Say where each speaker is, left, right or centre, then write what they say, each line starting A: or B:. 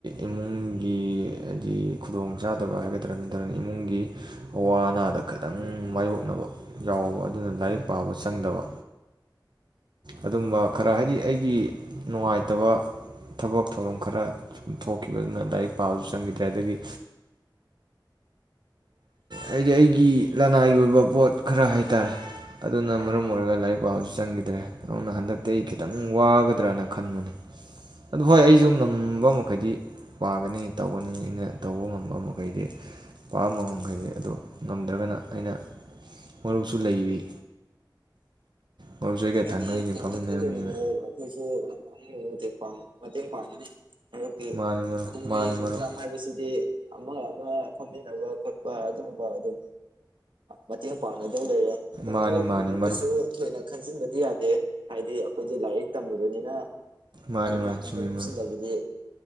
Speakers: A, on the right; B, on the right.
A: ꯏꯃꯨꯡꯒꯤ ꯍꯥꯏꯗꯤ ꯈꯨꯗꯣꯡ ꯆꯥꯗꯕ ꯍꯥꯏꯒꯗ꯭ꯔꯥ ꯅꯠꯇ꯭ꯔꯒꯅ ꯏꯃꯨꯡꯒꯤ ꯑꯋꯥ ꯑꯅꯥꯗ ꯈꯤꯇꯪ ꯃꯥꯥꯏꯌꯣꯛꯅꯕ ꯌꯥꯎꯕ ꯑꯗꯨꯅ ꯂꯥꯏꯔꯤꯛ ꯄꯥꯕ ꯆꯪꯗꯕ ꯑꯗꯨꯝꯕ ꯈꯔ ꯍꯥꯏꯗꯤ ꯑꯩꯒꯤ ꯅꯨꯡꯉꯥꯏꯇꯕ ꯊꯕꯛ ꯊꯧꯔꯝ ꯈꯔ ꯁꯨꯝ ꯊꯣꯛꯈꯤꯕꯗꯨꯅ ꯂꯥꯏꯔꯤꯛ ꯄꯥꯕꯁꯨ ꯆꯪꯈꯤꯗ꯭ꯔꯦ ꯑꯗꯒꯤ ꯍꯥꯏꯗꯤ ꯑꯩꯒꯤ ꯂꯅꯥꯏꯒꯤ ꯑꯣꯏꯕ ꯄꯣꯠ ꯈꯔ ꯍꯥꯏꯇꯥꯔꯦ ꯑꯗꯨꯅ ꯃꯔꯝ ꯑꯣꯏꯔꯒ ꯂꯥꯏꯔꯤꯛ ꯄꯥꯕꯁꯨ ꯆꯪꯈꯤꯗ꯭ꯔꯦ ꯑꯗꯨꯅ ꯍꯟꯗꯛꯇꯤ ꯑꯩ ꯈꯤꯇꯪ ꯋꯥꯒꯗ꯭ꯔꯅ ꯈꯟꯕꯅꯤ ꯑꯗꯨ ꯍꯣꯏ ꯑꯩꯁꯨ ꯉꯝꯕ ꯃꯈꯩꯗꯤ ꯄꯥꯒꯅꯤ ꯇꯧꯒꯅꯤ ꯑꯩꯅ ꯇꯧꯕ ꯉꯝꯕ ꯃꯈꯩꯗꯤ ꯄꯥꯝꯕ ꯃꯈꯩꯗꯤ ꯑꯗꯨ ꯉꯝꯗ꯭ꯔꯒꯅ ꯑꯩꯅ ꯃꯔꯨꯞꯁꯨ ꯂꯩꯔꯤ ꯃꯔꯨꯞꯁꯨ ꯑꯩꯒ
B: ꯃꯔꯨꯞꯀꯤꯗꯤ
A: ꯊꯪꯅꯔꯤꯅꯤ
B: ꯀꯩꯝꯇ
A: ꯐꯝꯃꯤꯟꯅꯔꯝꯅꯤꯅ
B: ꯈꯜꯂꯨꯅꯨꯑꯣ ꯑꯩꯈꯣꯏꯁꯨ ꯑꯩ ꯂꯣꯏꯔ ꯃꯇꯦꯡ ꯄꯥꯡꯒꯅꯤ ꯃꯔꯨꯄꯀꯤ
A: ꯃꯥꯅꯤ ꯃꯔꯨꯞ
B: ꯑꯗꯨꯝ
A: ꯃꯥꯅꯤ
B: ꯍꯌꯦꯡ ꯑꯦꯛꯖꯥꯝ
A: ꯃꯔꯨꯞ
B: ꯍꯥꯏꯕꯁꯤꯗꯤ ꯑꯃ ꯂꯥꯛ ꯐꯣꯝꯃꯤꯟꯅꯕ ꯈꯣꯠꯄ ꯑꯗꯨꯒꯨꯝꯕ ꯑꯗꯨꯝ ꯃꯇꯦꯡ ꯄꯥꯡꯅ ꯅꯡ ꯂꯩꯔꯦ ꯑꯗꯨ
A: ꯃꯥꯅꯤ
B: ꯃꯔꯨꯞ
A: ꯃꯥꯅꯤ
B: ꯏꯃꯨꯡꯒꯤꯁꯨ
A: ꯃꯔꯨꯞ
B: ꯊꯣꯏꯅ ꯈꯪꯖꯤꯟꯕꯗꯤ ꯌꯥꯗꯦ ꯍꯥꯏꯗꯤ ꯑꯩꯈꯣꯏꯗꯤ ꯂꯥꯏꯔꯤꯛ ꯇꯝꯃꯤꯕꯅꯤꯅ
A: ꯃꯥꯅꯤ
B: ꯑꯗꯨꯝ
A: ꯃꯥꯅꯤ
B: ꯅꯥꯀꯟꯗꯣ
A: ꯆꯨꯝꯃꯤ
B: ꯂꯨꯞꯁꯤꯜꯂꯒꯗꯤ
A: ꯃꯔꯨꯞ